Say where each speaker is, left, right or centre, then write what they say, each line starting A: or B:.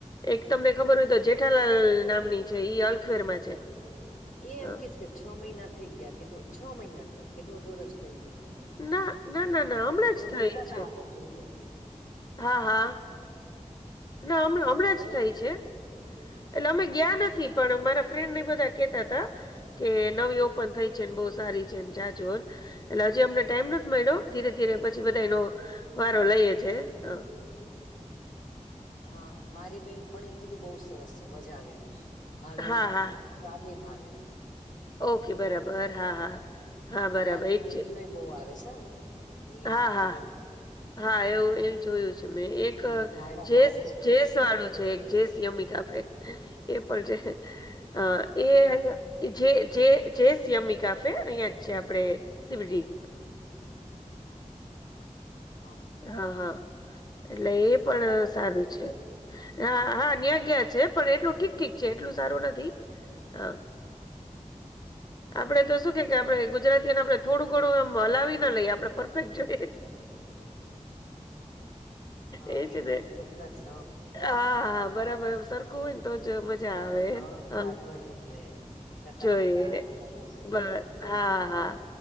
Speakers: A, on the left; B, on the left.
A: એક તમને ખબર હોય તો જેઠાલાલ નામની છે અલ્ખવેરમાં છે
B: એ એમ
A: હા
B: કેસ કે છ મહિના થઈ ગયા કે છ મહિના થયા કે દોઢોરષ થઈ ગયું
A: ના ના
B: અમારા
A: ના ના
B: પતિદેવ
A: હમણાં જ થઈ
B: કેતા ત
A: છે
B: હાલે જઈએ
A: હા હા ના હ હમણાં
B: તમે
A: જ થાય છે એટલે
B: હમણાં?
A: અમે ગયા નથી પણ મારા ફ્રેન્ડ ને બધા કેતા તા કે નવી ઓપન થઈ છે બહુ સારી છે જા જોન એટલે હજી અમને ટાઈમ નથી મળ્યો ધીરે ધીરે પછી બધા એનો વારો લઈએે છે હ
B: હા મારી બેન પણ એ કીધું બઉુ સરસ છે મજા આવે એવું છે ભાવ્યું
A: હા
B: એમ લોકો
A: હા
B: સ્વાદે ભાવ્યો એમ
A: ઓકે બરાબર હા હા
B: અને
A: બરાબર
B: આ રીલ
A: એક
B: વિડીયો
A: છે
B: એ બહુ આવે છે એનું રીલ
A: હા
B: વિડીયો
A: હા હા એવું એ જોયું છે એક
B: એની જાહેરાત
A: જે
B: આવે છે બઉ
A: જેસ વાળું છે જે સમી કાફે એ પણ છે હ એ જે જે શિયામી કાફે અહિયાં જ છે આપણે સિવડી
B: અચછા હા
A: હા હા એટલે એ પણ
B: ગયા છો
A: સારું
B: તમે
A: છે હા હા ન્યાં ગયા છે પણ એટલું ઠીક ઠીક છે એટલું સારું નથી હા
B: <unintelligible>
A: આપડે તો શું કે કે આપડણે ગુજરાતીને આપડણે થોડું ઘણું એ હલાવી ના લઈએ આપડણે પરફેક્ટ જોઈએ
B: હા
A: એ છેને
B: એકદમ ચોક્કસ હ
A: હા હા બરાબર સરખું હોયને તો જ મજા
B: સરસ
A: આવે
B: સ્વાદ
A: હ
B: ભર્યું છે. ચટાકેદાર
A: જોઈએ
B: સરસ
A: બસ
B: એમ એવું
A: હા
B: થઈ જાય
A: હા